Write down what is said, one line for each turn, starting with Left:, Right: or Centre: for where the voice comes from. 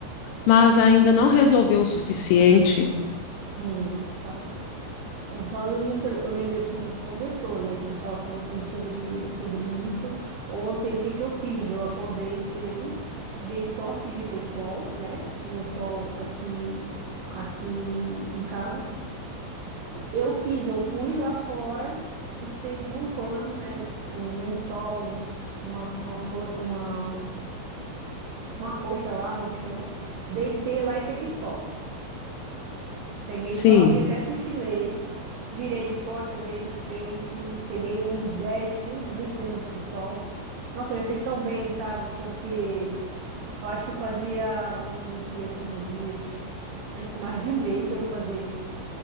Left: mas ainda não resolveu o suficiente.
Right: Hum, tá. Falando nisso, eu eu lembrei do que a gente conversou, né? Que a gente estava conversando sobre, sobre isso. Ontem, o que que eu fiz? Eu acordei cedo, dei sorte de ter sol, né? Tinha sol aqui, aqui em casa. Eu fiz, eu fui lá fora, estendi um pano, né? Um lençol, um- uma, uma fronha, uma uma coxa lá no chão, deitei lá e peguei sol. Peguei
Left: Sim,
Right: sol que até cochilei, virei de costa, virei de frente, peguei uns 10 15 20 minutos de sol. Nossa, me fez tão bem, sabe? Porque eu acho que fazia um, deixa eu ver quantos dias, acho que mais de um mês que eu não fazia isso.